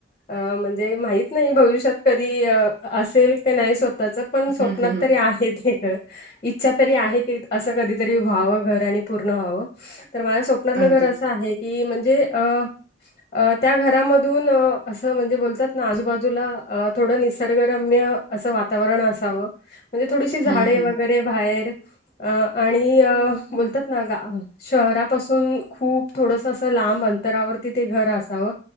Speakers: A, on the left (about 35°); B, on the right (about 45°).
A: म्हणजे माहित नाही भविष्यात कधी असेल. नाही स्वतःच पण स्वप्नात
B: हं, हं, हं.
A: तरी आहे हे घर. इच्छा तरी आहे की असं कधीतरी व्हावं घर आणि पूर्ण व्हावं तर स्वप्नातलं
B: अगदीच.
A: घर असं आहे की म्हणजे अ. अ त्या घरामधून असं म्हणजे बोलतात ना आजूबाजूला थोडं निसर्गरम्य. असं वातावरण असावं म्हणजे थोडीशी झाडे
B: हं, हं.
A: वगैरे बाहेर. अ आणि बोलतात ना गा. शहरापासून खूप थोडस अस लांब अंतरावरती ते घर असावं.